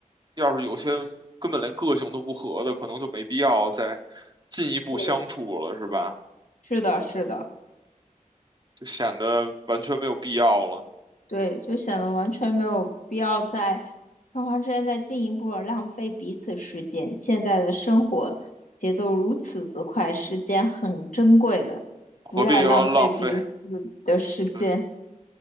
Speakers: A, on the right (about 30°); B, on the left (about 65°).
A: 要是有些根本连个性都不合的，可能就没必要再进一步相处了，
B: 对，
A: 是吧？
B: 是的，是的，
A: 就显得完全没有必要了，
B: 对，就显得完全没有必要在双方之间再进一步的浪费彼此时间。现在的生活节奏如此之快，时间很珍贵的，不要浪费彼此的时间，
A: 何必要浪费？<laughs>